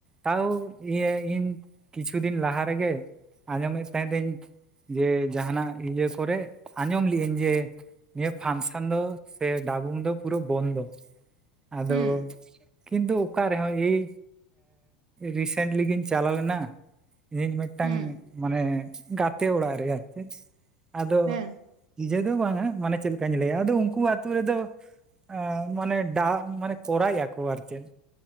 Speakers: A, on the right; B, on the right.
A: ᱛᱟᱹᱣ ᱤᱭᱟᱹ ᱤᱧ ᱠᱤᱪᱷᱩ ᱫᱤᱱ ᱞᱟᱦᱟ ᱨᱮᱜᱮ ᱟᱸᱡᱚᱢᱮᱫ ᱛᱟᱦᱮᱸᱫᱟᱧ, ᱡᱮ ᱡᱟᱦᱟᱱᱟᱜ ᱤᱭᱟᱹ ᱠᱚᱨᱮ ᱟᱸᱡᱚᱢ ᱞᱮᱜ ᱟᱹᱧ ᱡᱮ, ᱱᱤᱭᱟᱹ ᱯᱷᱟᱱᱥᱚᱱ ᱫᱚ ᱥᱮ ᱰᱟᱹᱵᱩᱢ ᱫᱚ ᱯᱩᱨᱟᱹᱣ ᱵᱚᱱᱫᱚ᱾ ᱟᱫᱚ
B: ᱦᱩᱸ ᱦᱩᱸ
A: ᱠᱤᱱᱛᱩ ᱚᱠᱟ ᱨᱮᱦᱚᱸ ᱮᱭ ᱨᱤᱥᱮᱱᱴᱞᱤ ᱜᱮᱧ, ᱪᱟᱞᱟᱣ ᱞᱮᱱᱟ ᱤᱧ ᱢᱤᱫᱴᱟᱝ
B: ᱦᱮᱸ
A: ᱢᱟᱱᱮ ᱜᱟᱛᱮ ᱚᱲᱟᱜ ᱨᱮ ᱟᱨ ᱪᱮᱫ᱾ ᱟᱫᱚ
B: ᱦᱮᱸ
A: ᱤᱡᱮ ᱫᱚ ᱵᱟᱝᱟ ᱢᱟᱱᱮ ᱪᱮᱫ ᱞᱮᱠᱟᱧ ᱞᱟᱹᱭᱟ ᱟᱫᱚ ᱩᱱᱠᱩ ᱟᱹᱛᱩ ᱨᱮᱫᱚ, ᱟ ᱢᱟᱱᱮ ᱰᱟᱝ ᱢᱟᱱᱮ ᱠᱚᱨᱟᱭᱮᱜ ᱟᱠᱚ ᱟᱨ ᱪᱮᱫ,